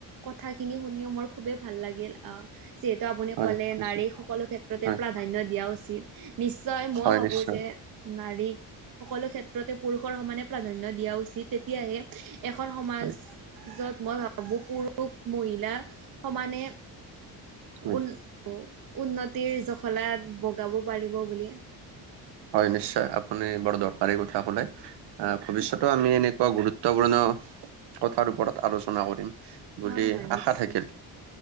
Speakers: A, on the right; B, on the right.
A: কথাখিনি শুনিও মোৰ খুবেই ভাল লাগিল আহ। যিহেতু আপুনি
B: হয়
A: ক'লে
B: নিশ্চয়
A: নাৰীক সকলো ক্ষেত্ৰতে
B: হয়
A: প্ৰাধান্য দিয়া। উচিত নিশ্চয় মই
B: হয়
A: ভাবো
B: নিশ্চয়
A: যে- নাৰীক সকলো ক্ষেত্ৰতে পুৰুষৰ সমানে প্ৰাধান্য দিয়া উচিত তেতিয়াহে এখন সমাজত
B: হয়
A: মই ভাবোঁ পুৰুষ, মহিলা, সমানে।
B: হয়
A: উ উন্নতিৰ জখলাত বগাব পাৰিব বুলি।
B: হয় নিশ্চয় আপুনি বৰ দৰকাৰী কথা কলে
A: হয়
B: আহ ভৱিষ্যতো আমি এনেকুৱা গুৰুত্ব গুৰুত্বপূৰ্ণ কথাৰ ওপৰত আলোচনা কৰিম।
A: হয়
B: বুলি
A: হয় নিশ্চয়
B: আশা থাকিল।